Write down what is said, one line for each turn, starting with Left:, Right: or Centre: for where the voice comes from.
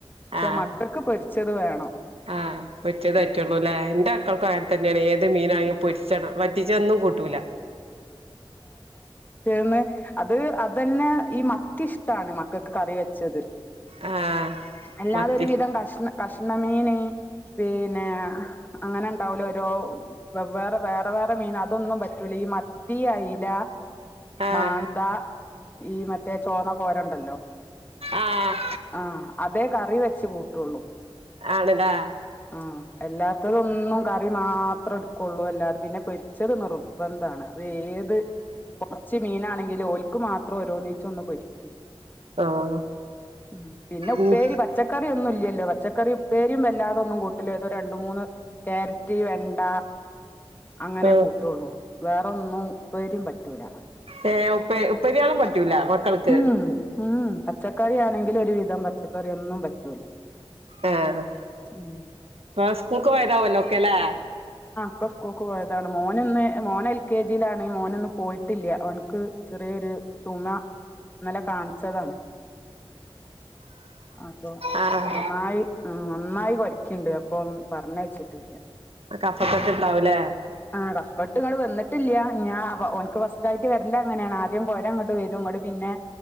Left: പക്ഷെ
Right: ആഹ്
Left: മക്കൾക്ക് പൊരി ച്ചത് വേണം
Right: ആഹ് പൊരിചത്
Left: ഉം
Right: പറ്റുള്ളൂല്ലേ എന്റെ മക്കൾക്കു അങ്ങനെ തന്നെയാണ് ഏത് മീനായാലും
Left: ഉം
Right: പൊരിച്ചണം വറ്റിച്ചതൊന്നും കൂട്ടൂല
Left: ന്ന് അത് അതന്നെ ഈ മത്തി ഇഷ്ടാണ് മക്കൾക്ക് കറി വെച്ചത്
Right: ആഹ്
Left: അല്ലാതൊരു
Right: മത്തി
Left: വിധം കഷണം കഷ്ണമീന് പിന്നെ അങ്ങനെ ഉണ്ടാവലോ ഓരോ വ വേറെ വേറെ വേറെ മീൻ അതൊന്നും പറ്റു ല ഈ മത്തി അയ്ല
Right: ആഹ്
Left: മാന്ത ഈ മറ്റേ ചോന്ന കോരണ്ടല്ലോ
Right: ആഹ്
Left: ആഹ് അതെ കറി വെ ച്ച് കൂട്ടുള്ളൂ
Right: ആണല്ലേ
Left: ആഹ് എല്ലാത്തതൊന്നും കറി മാ ഇത്ര ഇട്ക്കൊള്ളു അല്ലാതെ പിന്നെ പൊര്ച്ചെത് നിർബെന്ധാണ് അത് ഏത് ച്ച് മീനാണെങ്കിലും ഓൽക്ക് മാത്രം ഓരോന്നീച്ചെ ഒന്ന് പൊരിക്കും
Right: ഓഹ്
Left: ഉം പിന്നെ ഉപ്പേരി
Right: ഉം
Left: പച്ചക്കറി ഒന്നു ഇല്ലോ പച്ചക്കറി ഇപ്പേരും വല്ലാതൊന്നും കൂട്ടില്ല ഇത രണ്ട മൂന്ന് കാരറ്റ് വെണ്ട അങ്ങനെ
Right: ഓഹ്
Left: കൂട്ടുള്ളൂ വേറെന്നും ഉപ്പേരിം പറ്റൂല
Right: ഏ ഉപ്പ ഉപ്പരിയാളും പറ്റൂല മക്കൾക്ക്
Left: ഉം ഉം പച്ചക്കറി ആണെങ്കിൽ ഒരു വിധം പച്ചക്കറി ഒന്നും പറ്റൂല
Right: ആഹ്
Left: ഉം
Right: ഇപ്പെ സ്കൂൾക്ക് പോയതാവും അല്ലോ ഒക്കെല്ലേ
Left: ക്കെ സ്കൂൾക്ക് പോയതാണ് മോന് ഇന്ന് മോൻ എൽ കെ ജിയിലാണെങ്കിൽ മോന് ഇന്ന് പോയിട്ടില്ല അവനിക്ക് ചെറിയൊരു ചുമ ഇന്നലെ കാണിച്ചതാണ് അപ്പൊ
Right: ആഹ്
Left: നന്നായി നന്നായി കൊരയ്ക്ക ക്ക്ണ്ട് അപ്പം പറഞ്ഞയച്ചിട്ടില്ല
Right: കഫക്കെട്ട് ഉണ്ടാകും ലേ
Left: ആ കഫക്കെട്ട് ഇങ്ങട്ട് വന്നിട്ടില്ല ഞാൻ ഓനക്ക് ഫസ്റ്റ് ഫസ്റ്റ് ആയിട്ട് വരൽ അങ്ങനെയാണ് ആദ്യം കോര അങ്ങോട്ട് വരും ഇങ്ങട്ട് പിന്നെ